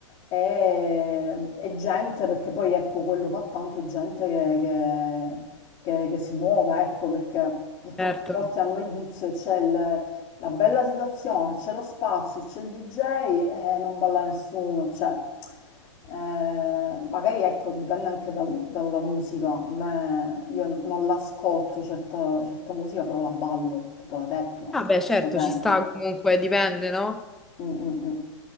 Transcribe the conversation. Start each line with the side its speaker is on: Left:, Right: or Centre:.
Left: e, e gente, perché poi ecco, quello fa tanto gente che, che che, che si muova, ecco, perché purtroppo
Centre: Certo.
Left: molti hanno il vizio, c'è il- la bella situazione, c'è lo spazio, c'è il DJ e non balla nessuno, cioè, eh, magari ecco, dipende anche dal- dalla musica, a me, io non l'ascolto certa, certa musica, però la ballo, tipo la techno,
Centre: Vabbè, certo,
Left: per esempio.
Centre: ci sta comunque, dipende, no?
Left: Mm, mm, mm.